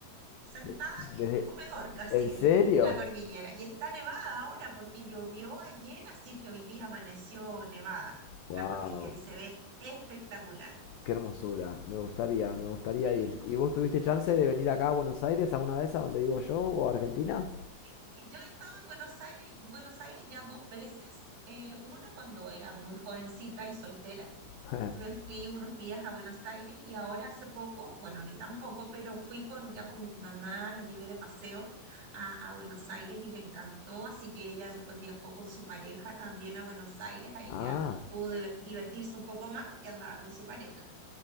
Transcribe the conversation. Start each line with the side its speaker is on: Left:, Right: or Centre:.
Right: sentada
Left: De- desde.
Right: aquí en mi comedor, <laughs> casi
Left: ¿En serio?
Right: el- la cordillera. Y está nevada ahora porque llovió ayer, así que hoy día amaneció nevada
Left: ¡Wow!
Right: la cordillera y se ve espectacular.
Left: ¡Qué hermosura! Me gustaría, me gustaría
Right: Sí,
Left: ir. ¿Y vos tuviste chance de venir acá a Buenos Aires alguna vez a donde vivo yo o a Argentina?
Right: sí, yo he estado en Buenos Aires, Buenos Aires ya dos veces, eh, una cuando era muy jovencita y soltera
Left: <laughs>
Right: Me fui unos días a Buenos Aires y ahora hace poco, bueno, ni tampoco, pero fui con, ya con mi mamá, la llevé de paseo a, a Buenos Aires y le encantó, así que ella después viajó con su pareja también a Buenos Aires, ahí
Left: Ah.
Right: ya pudo de- divertirse un poco más porque andaba con su pareja.